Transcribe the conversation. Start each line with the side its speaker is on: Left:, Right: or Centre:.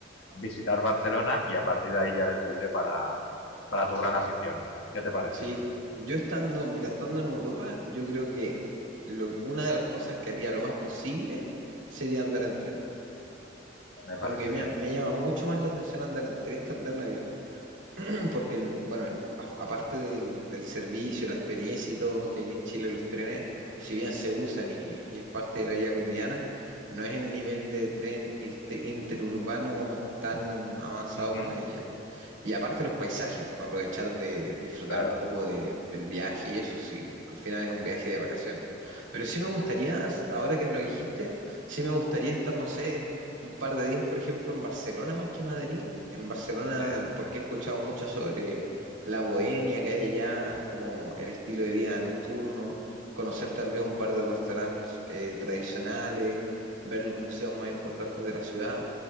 Left: visitar Barcelona y a partir de ahí ya eres libre para, para tu gran afición. ¿Qué te parece?
Right: Sí, yo estando, mira, estando en Europa, yo creo que lo- una de las cosas que haría lo más posible sería andar en tren.
Left: Me
Right: Como
Left: parece
Right: que me,
Left: bien.
Right: me llama mucho más la atención andar en tren que andar en avión. <clears throat> Porque, bueno, el- a- aparte del, del servicio, la experiencia y todo, que aquí en Chile los trenes, si bien se usan y, y es parte de la vida cotidiana, no es el nivel de tren irte- interurbano tan avanzado
Left: Uh-huh.
Right: como allá. Y aparte los paisajes, para aprovechar de disfrutar
Left: Claro,
Right: un poco de- del viaje y eso, sí, al final es un viaje de vacaciones. Pero sí me gustaría, ahora que lo dijiste, sí me gustaría estar, no sé, un par de días, por ejemplo, en Barcelona más que Madrid. En Barcelona,
Left: sí,
Right: porque he escuchado mucho sobre la bohemia que hay allá, como el estilo de vida nocturno, conocer tal vez un par de restaurantes eh, tradicionales, ver los museos más importantes de la ciudad.